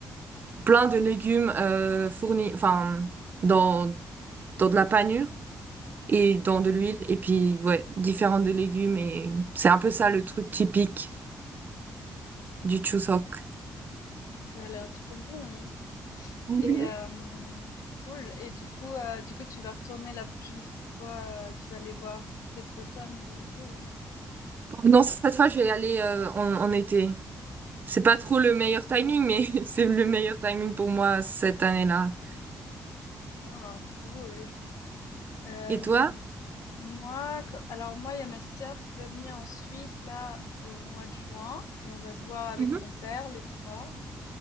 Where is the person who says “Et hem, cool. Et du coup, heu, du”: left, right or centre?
Left